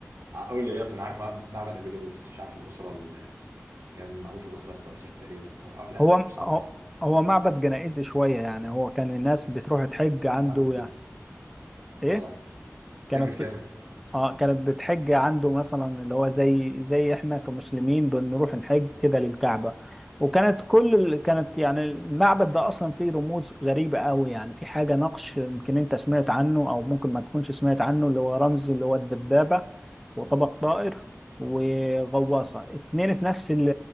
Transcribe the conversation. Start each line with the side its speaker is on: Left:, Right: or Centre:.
Right: اقول لي اصلا عارف مع- معبد ابو دوس مش عارف الاسره اللي كان معمول في الاسره ال 13 تقريبا او أو- لا
Centre: هو
Right: مش 13
Centre: هو هو معبد جنائزي شويه يعني هو كان الناس بتروح تحج عنده
Right: عمل
Centre: يعني
Right: كده
Centre: ايه
Right: اه
Centre: كانت
Right: كمل كمل
Centre: بت... اه كانت بتحج عنده مثلا اللي هو زي زي احنا كمسلمين بنروح نحج كده للكعبة وكانت كل ال... كانت يعني المعبد ده اصلا فيه رموز غريبة قوي يعني في حاجة نقش يمكن انت سمعت عنه او ممكن ما تكونش سمعت عنه اللي هو رمز اللي هو الدبابة وطبق طائر وغواصة اتنين في نفس ال...